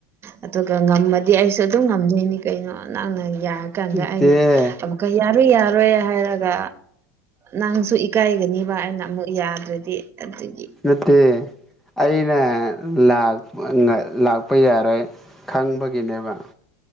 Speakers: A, on the right; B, in the centre.
A: ꯑꯗꯨꯒ ꯉꯝꯃꯗꯤ ꯑꯩꯁꯨ ꯑꯗꯨꯝ ꯉꯝꯗꯣꯏꯅꯤ ꯀꯩꯅꯣ ꯅꯪꯅ ꯌꯥ ꯀꯥꯟꯗ
B: ꯅꯠꯇꯦ
A: ꯑꯩꯅ ꯑꯃꯨꯛꯀ ꯌꯥꯔꯣꯢ ꯌꯥꯔꯣꯏ ꯍꯥꯏꯔꯒ ꯅꯪꯁꯨ ꯏꯀꯥꯏꯒꯅꯤꯕ ꯑꯩꯅ ꯑꯃꯨꯛ ꯌꯥꯗ꯭ꯔꯗꯤ ꯑꯗꯨ
B: ꯅꯠꯇꯦ ꯑꯩꯅ ꯂꯥꯛ ꯑ ꯅ ꯂꯥꯛꯄ ꯌꯥꯔꯣꯏ ꯈꯪꯕꯒꯤꯅꯦꯕ